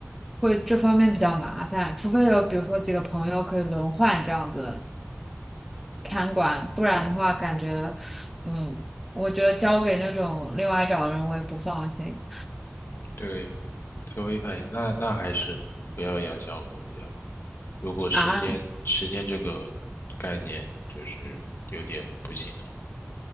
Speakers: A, in the centre; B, on the left.
A: 会这方面比较麻烦，除非有比如说几个朋友可以轮换这样子
B: 嗯，
A: 看管，不然的话感觉，嗯，我觉得交给那种另外找的人我也不放心
B: 对，所以哎，那那还是不要养小狗比较好。如果时间时间这个概念就是有点不行的话，
A: 啊，